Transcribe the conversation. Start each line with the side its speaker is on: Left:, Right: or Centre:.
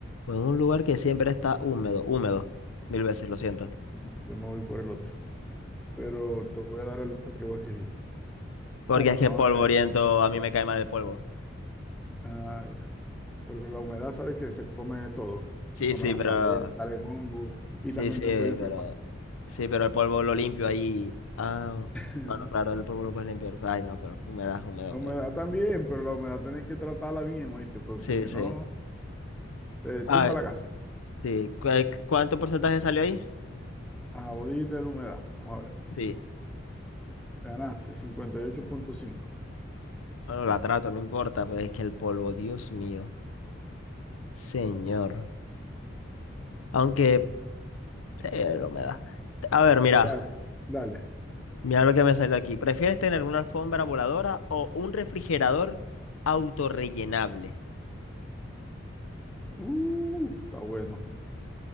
Left: o en un lugar que siempre está húmedo. Húmedo. Mil veces, lo siento.
Centre: No, yo me voy por el otro. Pero te voy a dar el, el que vos escribiste.
Left: Porque
Centre: Húmedo,
Left: es que
Centre: vamos
Left: polvoriento
Centre: a ver qué es.
Left: a mí me cae mal el polvo.
Centre: Ah, ya. Pero la humedad, ¿sabes que Se come todo.
Left: Sí,
Centre: Se come
Left: sí,
Centre: las
Left: pero.
Centre: paredes, salen hongos y
Left: Sí,
Centre: también
Left: sí,
Centre: te
Left: pero.
Centre: puede enfermar.
Left: Sí, pero el polvo lo limpio ahí. Ah,
Centre: <laughs>
Left: bueno, claro, el polvo lo puedes limpiar. Ay, no, pero humedad, humedad,
Centre: La
Left: humedad.
Centre: humedad también, pero la humedad tenés que tratarla bien, oíste, porque
Left: Sí,
Centre: si
Left: sí.
Centre: no, te
Left: Ah,
Centre: tumba la casa.
Left: sí. ¿Cu- eh, ¿Cuánto porcentaje salió ahí?
Centre: Ah, vos dijiste la humedad. Vamos a ver.
Left: Sí.
Centre: Ganaste, 58.5.
Left: Bueno, la trato, no importa, pues es que el polvo, Dios mío. Señor. Aunque
Centre: Ujú.
Left: eh, la humedad. A ver, mira.
Centre: Dale, dale.
Left: Mira lo que me salió aquí. ¿Prefieres tener una alfombra voladora o un refrigerador autorrellenable?
Centre: Uh, está bueno.